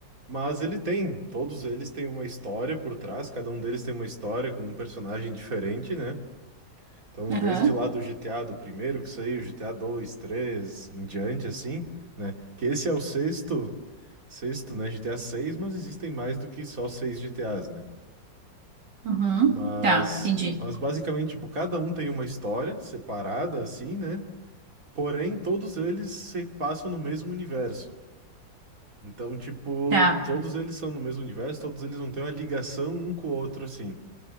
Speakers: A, on the right; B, on the right.
A: Mas ele tem, todos eles têm uma história por trás, cada um deles tem uma história com um personagem diferente, né? Então,
B: aham,
A: desde lá do GTA do primeiro que saiu, GTA 2 3 em diante assim, né? Que esse é o sexto, sexto, né, GTA seis mas existem mais do que só seis GTAs, né?
B: uhum.
A: Mas,
B: Tá, entendi.
A: mas basicamente, tipo, cada um tem uma história separada, assim, né? Porém, todos eles se passam no mesmo universo. Então, tipo,
B: Tá.
A: todos eles são no mesmo universo, todos eles não têm uma ligação um com o outro, assim.